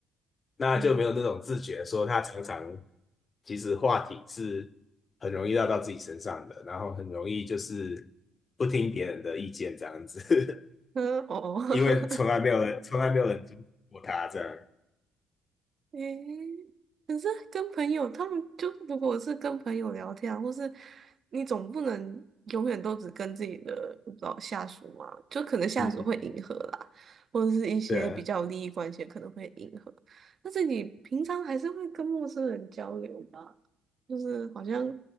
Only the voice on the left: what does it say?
那就没有那种自觉，
说他常常其实话题是很容易绕到自己身上的，然后很容易就是不听别人的意见这样子，<laughs>
因为从来没有人从来没有人听过他这样，
嗯嗯嗯，
对，